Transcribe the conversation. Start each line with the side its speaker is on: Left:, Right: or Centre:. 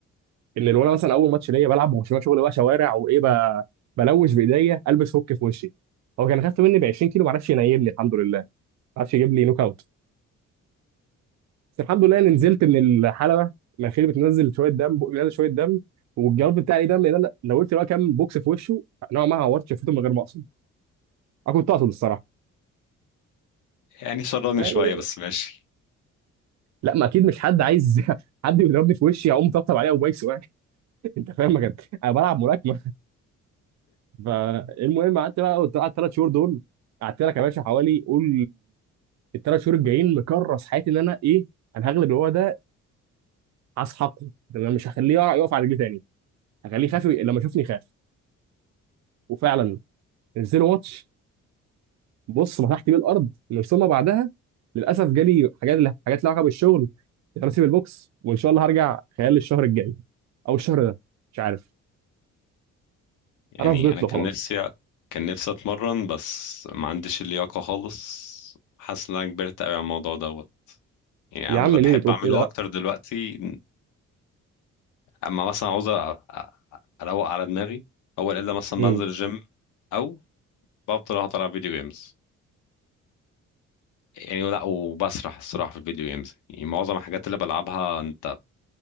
Right: ان لو انا مثلا اول ماتش ليا بلعب ما هوش شغل بقى شوارع وايه ب- بلوش بايديا البس هوك في وشي هو كان خف مني ب 20 كيلو ما عرفش ينيلني الحمد لله ما عرفش يجيب لي نوك اوت بس الحمد لله اني نزلت من الحلبه الاخير بتنزل شويه دم بقي بينزل شويه دم والجواب بتاعي ليه دم لان انا لو قلت بقى كام بوكس في وشه نوعا ما عورت شفته من غير ما اقصد انا كنت اقصد الصراحه
Left: يعني شراني
Right: يعني
Left: شوية بس ماشي
Right: لا ما اكيد مش حد عايز <laughs> حد يضربني في وشي اقوم طبطب عليه او بايسه يعني <laughs> انت فاهم ما كان- انا بلعب ملاكمه فالمهم قعدت بقى قلت قعدت ثلاث شهور دول قعدت لك يا باشا حوالي قول الثلاث شهور الجايين مكرس حياتي ان انا ايه انا هغلب الوضع ده هسحقه ده انا مش هخليه يقع- يقف على رجليه تاني هخليه يخاف لما يشوفني يخاف وفعلا نزلوا ماتش بص مسحت بيه الارض من ثم بعدها للاسف جالي حاجات حاجات لها علاقه بالشغل انا سيب البوكس وان شاء الله هرجع خلال الشهر الجاي او الشهر ده مش عارف
Left: يعني
Right: انا فضيت
Left: أنا كان
Right: له خلاص
Left: نفسي كان نفسي أتمرن بس ما عنديش اللياقة خالص حاسس إن أنا كبرت أوي على الموضوع دوت يعني
Right: يا
Left: أنا اللي
Right: عم ليه
Left: بحب
Right: بتقول
Left: أعمله
Right: كده لا
Left: أكتر دلوقتي أما مثلا عاوز أ- أ- أروق على دماغي أول إلا مثلا
Right: امم
Left: بنزل الجيم أو بفضل أقعد ألعب فيديو جيمز يعني لا وبسرح الصراحة في الفيديو جيمز يعني معظم الحاجات اللي بلعبها أنت